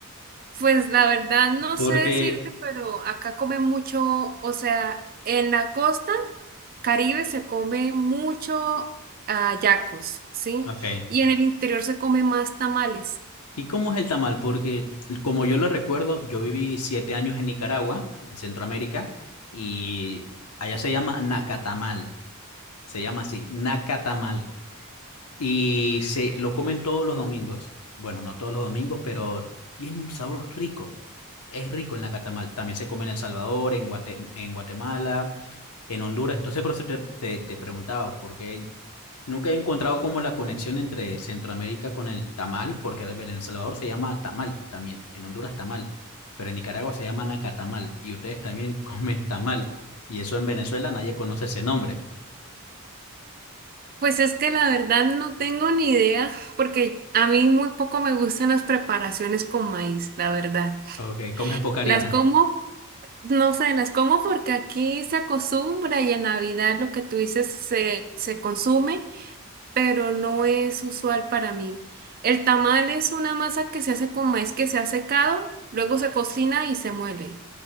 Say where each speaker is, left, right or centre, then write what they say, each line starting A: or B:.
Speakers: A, on the right; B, on the left.
A: Pues la verdad no
B: Porque,
A: sé decirte, pero acá comen mucho, o sea, en la costa Caribe se come mucho ah, yacos, ¿sí?
B: ok.
A: Y en el interior se come más tamales.
B: ¿Y cómo es el tamal? Porque, como yo lo recuerdo, yo viví siete años en Nicaragua, en Centroamérica, y allá se llama nacatamal. Se llama así, nacatamal. y se lo comen todos los domingos. Bueno, no todos los domingos, pero tiene un sabor rico. Es rico en la catamal. También se come en El Salvador, en Guate- en Guatemala, en Honduras. Entonces, por eso te, te, te preguntaba, porque nunca he encontrado como la conexión entre Centroamérica con el tamal, porque en El Salvador se llama tamal también, en Honduras tamal, pero en Nicaragua se llama nacatamal y ustedes también <laughs> comen tamal. Y eso en Venezuela nadie conoce ese nombre.
A: Pues es que la verdad no tengo ni idea, porque a mí muy poco me gustan las preparaciones con maíz, la verdad.
B: Ok, comes pocarina.
A: Las como, no sé, las como porque aquí se acostumbra y en Navidad lo que tú dices se, se consume. pero no es usual para mí. El tamal es una masa que se hace con maíz que se ha secado, luego se cocina y se muele,